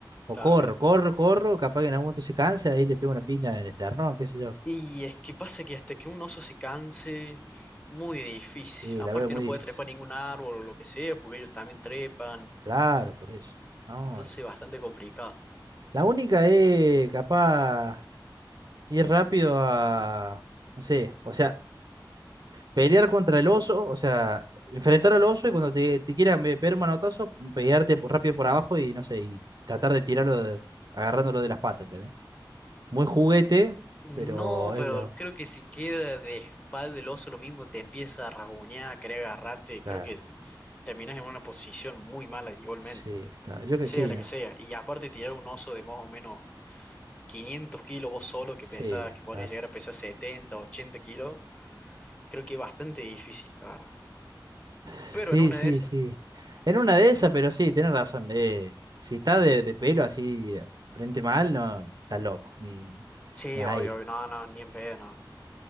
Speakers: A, on the right; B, on the left.
A: O
B: Claro,
A: corro,
B: bien.
A: corro, corro, capaz que en algún momento se cansa, ahí le pego una piña en el esternón, qué sé yo.
B: Y es que pasa que hasta que un oso se canse, muy difícil.
A: Sí, la
B: Aparte
A: veo muy
B: no puede
A: difícil.
B: trepar ningún árbol o lo que sea, porque ellos también trepan.
A: Claro, por eso. No.
B: Entonces bastante complicado.
A: La única es capaz ir rápido a, no sé, o sea, pelear contra el oso, o sea, enfrentar al oso y cuando te, te quiera me- pegar un manotazo, pelearte por- rápido por abajo y no sé, y tratar de tirarlo de- agarrándolo de las patas, ¿entendés? Muy juguete,
B: No,
A: pero es
B: pero
A: lo.
B: creo que si queda de espalda el oso lo mismo, te empieza a rasguñar, a querer agarrarte.
A: Claro,
B: Creo que terminas en una posición muy mala igualmente,
A: sí, claro, yo que
B: sea
A: sí,
B: la
A: ¿no?
B: que sea. Y aparte tirar un oso de más o menos 500 kilos vos solo, que
A: sí,
B: pesa, que podés
A: claro.
B: llegar a pesar 70, 80 kilos, creo que es bastante difícil, la verdad.
A: Sí,
B: Pero en una
A: sí,
B: de esas...
A: sí. En una de esas, pero sí, tenés razón. eh, si está de, de pelo así, eh, frente mal, no, está loco, ni,
B: Sí,
A: ni ahí.
B: obvio, obvio. No, no, ni en pedo, no.